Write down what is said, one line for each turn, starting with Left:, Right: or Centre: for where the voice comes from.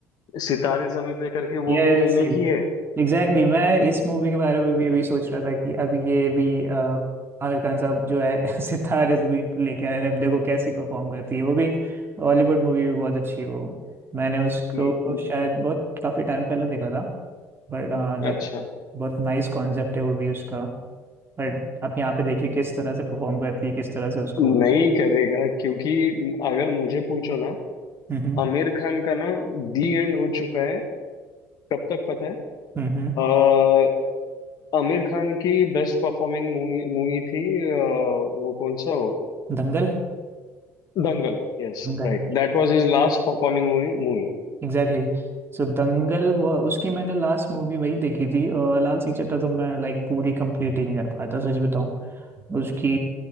Left: सितारे जमी पे करके
Right: यस
Left: वो भी रीमेक ही है
Right: एग्जैक्टली मैं इस मूवी के बारे में भी अभी सोच रहा था कि अभी ये भी अ, आमिर खान साहब जो है <laughs> सितारे जमीन पर लेके आए हैं, अब देखो कैसी परफॉर्म करती है वो भी हॉलीवुड मूवी भी बहुत अच्छी है वो मैंने उसको
Left: हम्म,
Right: शायद बहुत काफी टाइम पहले देखा था बट
Left: अच्छा
Right: दैट बहुत नाइस कॉन्सेप्ट है वो भी उसका बट आप यहाँ पे देखिए किस तरह से परफॉर्म करती है किस तरह से उसको
Left: नहीं करेगा क्योंकि अगर मुझे पूछो ना
Right: हम्म
Left: आमिर खान का ना दी एंड हो चुका है कब तक पता है
Right: हम्म
Left: अ, आमिर खान की बेस्ट परफॉर्मिंग मूवी मूवी थी अ, वो कौन सा हो
Right: दंगल
Left: Dangal Yes
Right: दंगल
Left: right that was his last performing movie movie
Right: एग्जैक्टली सो दंगल वो उसकी मैंने लास्ट मूवी वही देखी थी और लाल सिंह चड्ढा तो मैं लाइक पूरी कंप्लीट ही नहीं कर पाया था सच बताऊं उसकी